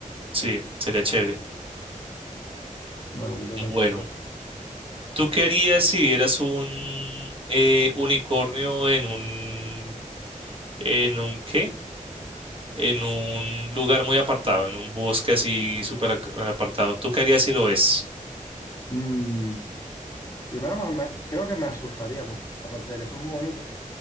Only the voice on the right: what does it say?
sí, sería chévere.
Bueno,
¿tú qué harías si vieras un eh, unicornio en un, en un qué? en un lugar muy apartado, en un bosque así súper ac- apartado. ¿Tú qué harías si lo ves?